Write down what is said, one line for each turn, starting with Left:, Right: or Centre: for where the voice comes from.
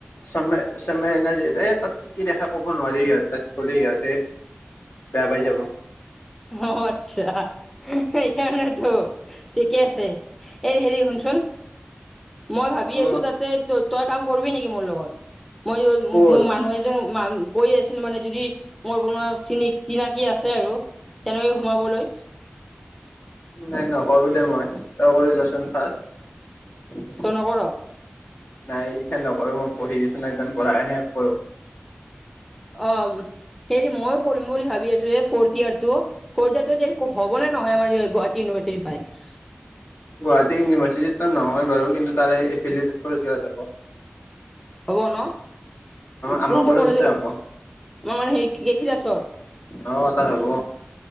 Left: চমে, চমে এনেজিত এ, তাত কি কি দেখা ক'ব নোৱাৰি ইয়াত। থলে য়াতে, বেয়া পাই যাব।
Centre: অ, আচ্ছা। এইকাৰনেতো, ঠিকে আছে। এই হেৰি শুনচোন, মই ভাবি
Left: অ
Centre: আছোঁ তাতে ত-তই কাম কৰিবি নেকি মোৰ লগত? মই
Left: ক'ত
Centre: মানুহ এজন মাম কৈ আছিলোঁ মানে, যদি মোৰ কোনোবা চিনি চিনাকি আছে আৰু। তেনেকৈ সোমাবলৈ
Left: নাই নকৰোঁ দে মই। তই কৰিলচোন ফাষ্ট।
Centre: তই
Left: নাই,
Centre: নকৰ
Left: এতিয়া নকৰোঁ, মই পঢ়ি <unintelligible> কৰাই নাই আকৌ।
Centre: অ' হেৰি, ময়ো পঢ়িম বুলি ভাবি আছোঁ। এ ফৰ্থ ইয়াৰটো, ফৰ্থ ইয়াৰ যে হব নে নহয়, আমাৰ গুৱাহাটী ইউনিভাৰ্চিটি পায়?
Left: গুৱাহাটী ইউনিভাৰ্চিটিটো নহয় বাৰু, কিন্তু তাৰে এফিলিয়টড কলেজ যাব।
Centre: হ'ব ন?
Left: আমাৰ
Centre: কোনটো
Left: কলেজতে
Centre: কলেজত,
Left: হ'ব
Centre: আমাৰ মানে হেৰি গেছি ক্লাছত
Left: অ' তাত হ'ব।